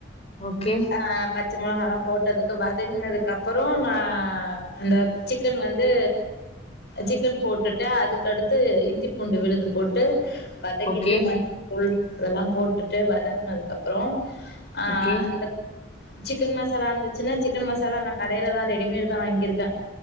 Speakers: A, on the left; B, on the left.
A: ஓகே
B: ஆ பச்ச மொளகால்லா போட்டு அதுக்கு வதங்கினதுக்கு அப்பறோ நா அந்த சிக் கன் வந்து சிக்கன் போட்டுட்டு அதுக்கடுத்து இஞ்சி பூண்டு விழுது போட்டு வதக்கிட்டு
A: ஓகே
B: மஞ்ச தூள் இதெல்லா போட்டுட்டு வதக்குனதுக்கப்றோ ஆ
A: ஓகே
B: அந்த சிக்கன் மசாலா இருந்துச்சுன்னா சிக்கன் மசாலா நா கடைலதா ரெடிமேட்தா வாங்கியிருக்கே